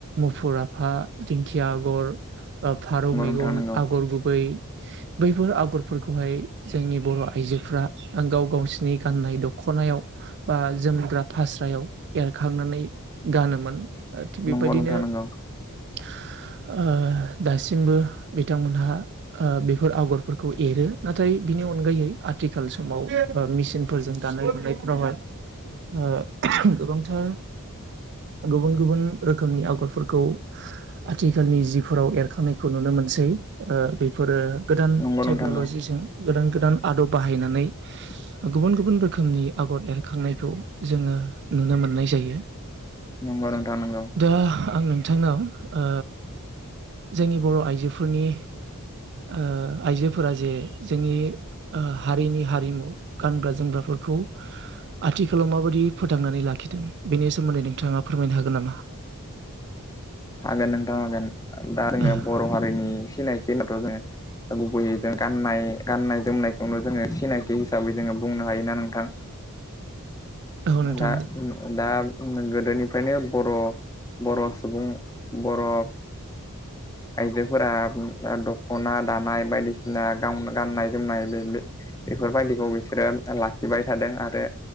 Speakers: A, on the right; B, on the left.
A: मुफुर आफा, दिंखिया आगर फारौ मेगन,
B: नोंथां नंगौ
A: आगर गुबै बैफोर आगरफोरखौहाय जोंनि बर' आइजो फ्रा गाव गावसोरनि गाननाय दख'नायाव बा जोमग्रा फास्रायाव एरखांना नै गानोमोन थिग
B: नंगौ
A: बेबायदिनो
B: नंगौ नोंथां नंगौ नोंथां नंगौ
A: ओ दासिमबो बिथांमोनहा ओ बेफोर आगरफोरखौ एरो नाथाय बिनि अनगायै आथिखाल समाव मेचिनफोरजों दानाय लुनायफ्रावहाय ओ गोबांथार गुबुन गुबुन रोखोमनि आग फोरखौ आथिखालनि जिफोराव एरखांनायखौ नुनो मोनसै ओ बेफोरो गोदान
B: नंगौ
A: टेक्न'ल'जिजों
B: नोंथां नंगौ
A: गोदान गोदान आदब बाहायनानै
B: <inaudible>
A: गुबुन गुबुन रोखोमनि आगर एरखांनायखौ जोङो नुनो मोननाय जायो।
B: नंगौ नोंथां नंगौ।
A: दा आं नोंथांनाव ओ जोंनि बर' आइजोफोरनि ओ आइजोफोरा जे जोंनि ओ हारिनि हारिमु गानग्रा जोमग्राफोरखौ
B: <inaudible>
A: आथिखालाव माबादि फोथांनानै लाखिदों बेनि सोमोन्दै नोंथाङा फोरमायनो हागोन नामा। <inaudible>
B: हागोन नों दा हागोन दा जोङो
A: औ
B: बर' हारिनि सिनायथि होनोबाथ' जोङो गुबैयै जों गाननाय गाननाय जोमनायखौनो जोङो सिनायथि हिसाबै जोङो बुंनो हायोना नोंथां।
A: नोंथां
B: दा ओ दा गोदोनिफ्रायनो बर' बर' सुबुं बर' आइजोफोरा दख'ना दानाय बायदिसिना गाननाय जोमनाय बे बे बेफोरबायदिखौ बिसोरो लाखिबाय थादों आरो